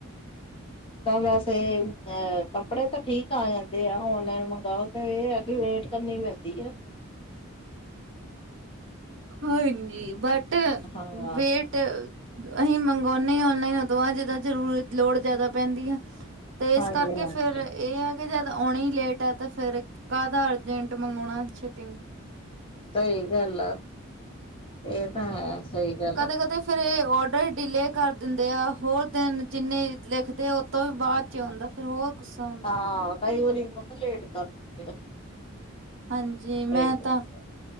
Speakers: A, on the right; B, on the left.
A: <inaudible>
B: ਤਾਂ ਵੈਸੇ ਅ ਕੱਪੜੇ ਤਾਂ ਠੀਕ ਆ ਜਾਂਦੇ ਆ ਔਨਲਾਈਨ ਮੰਗਾਓ ਤੇ ਇਹ ਆ ਕੀ ਵੇਟ ਕਰਨੀ ਪੈਂਦੀ ਐ।
A: ਹਾਂਜੀ। ਬਟ
B: ਹਾਂ
A: ਵੇਟ ਅਸੀਂ ਮੰਗ ਵਾਉਨੇ ਔਨਲਾਈਨ ਉਦੋਂ ਜਿੱਦਾਂ ਜ਼ਰੂਰ ਲੋੜ ਜਿਆਦਾ ਪੈਂਦੀ ਐ। ਤੇ ਇਸ
B: ਹਾਂਜੀ
A: ਕਰਕੇ
B: ਹਾਂਜੀ
A: ਫਿਰ ਇਹ ਹੈ ਕਿ ਜਦ ਆਉਣੇ ਹਨ ਲੇਟ ਤਾਂ-ਤਾਂ ਫਿਰ ਕਾਹਦਾ ਅਰਜੈਂਟ ਮੰਗਾਉਣਾ ਛੇਤੀ
B: ਸਹੀ ਗੱਲ ਹੈ, ਇਹ ਤੇ ਹੈ ਸਹੀ ਗੱਲ
A: ਕਦੇ
B: ਆ।
A: ਕਦੇ ਫੇਰ ਇਹ ਔਡਰ ਡਿਲੇਅ ਕਰ ਦਿੰਦੇ ਆ, ਹੋਰ ਦਿਨ ਜਿੰਨੇ ਲਿਖਦੇ ਆ ਉਹ ਤੋਂ ਵੀ ਬਾਅਦ 'ਚ ਆਉਂਦਾ। ਫੇਰ ਹੋਰ ਗੁੱਸਾ ਹੁੰਦਾ
B: ਹਾਂ ਕਈ ਵਾਰੀ ਬਹੁਤ ਲੇਟ ਕਰ ਦਿੰਦੇ ਆ।
A: ਹਾਂਜੀ, ਮੈਂ
B: ਸਹੀ ਗੱਲ
A: ਤਾਂ,
B: ਆ